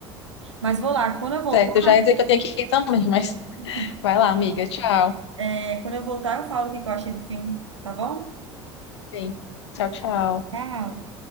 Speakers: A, on the right (about 80°); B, on the left (about 70°).
A: Mas vou lá. Quando eu voltar,
B: certo, eu já ia dizer que eu tenho que ir também, mas
A: <laughs>
B: <laughs> vai lá, amiga. Tchau.
A: é, quando eu voltar, eu falo o que que eu achei do filme, tá bom?
B: Sim. Tchau, tchau.
A: Tchau.